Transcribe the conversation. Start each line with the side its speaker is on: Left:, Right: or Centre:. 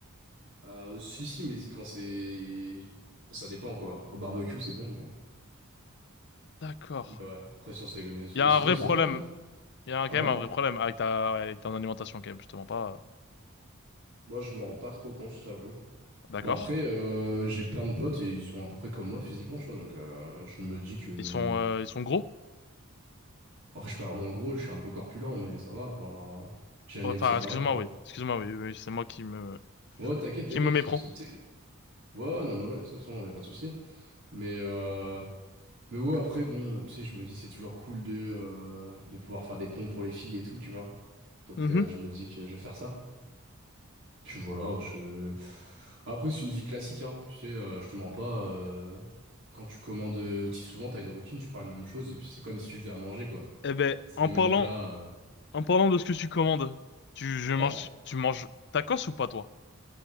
Right: Euh, si, si, mais c'est quand c'est... Enfin, ça dépend, quoi. Au barbecue, c'est bon, mais...
Left: D'accord.
Right: Mais ouais. Après, sinon, c'est... c'est-
Left: Il y a
Right: Et sinon,
Left: un vrai
Right: c'est
Left: problème.
Right: quoi ton... ton-
Left: Il y a un-
Right: Ah
Left: quand même
Right: ouais?
Left: un vrai problème avec ta, ouais, avec ton alimentation, quand même, je te mens pas. euh,
Right: Moi, je me rends pas trop compte, je t'avoue.
Left: D'accord.
Right: Bon, après, euh, j'ai plein de potes et ils sont à peu près comme moi physiquement, tu vois. Donc, euh, je me dis que.
Left: Ils sont, euh, ils sont gros?
Right: Après, je suis pas vraiment gros, je suis un peu corpulent, mais ça va. Enfin, genre, euh, j'ai un
Left: Enfin,
Right: IMC correct,
Left: excuse-moi,
Right: quoi.
Left: oui. Excuse-moi, oui. oui, C'est moi qui me,
Right: Ouais, t'inquiète, t'inquiète.
Left: qui me méprends.
Right: C'est petit. Ouais, non, mais ouais, de toute façon, y a pas de souci. Mais, euh, mais ouais, après, bon, tu sais, je me dis, c'est toujours cool de, euh, de pouvoir faire des pompes pour les filles et tout, tu vois. Donc,
Left: Mhm.
Right: euh, je me dis que je vais faire ça. Puis voilà, je... Après, c'est une vie classique, hein. Tu sais, euh, je te mens pas. euh, Quand tu commandes euh, aussi souvent, t'as une routine, tu prends la même chose, et puis c'est comme si tu devais à manger, quoi.
Left: Eh ben,
Right: C'est
Left: en
Right: les mêmes
Left: parlant,
Right: plats.
Left: En parlant de ce que tu commandes, tu, je mange,
Right: euh. Ouais.
Left: tu manges tacos ou pas toi?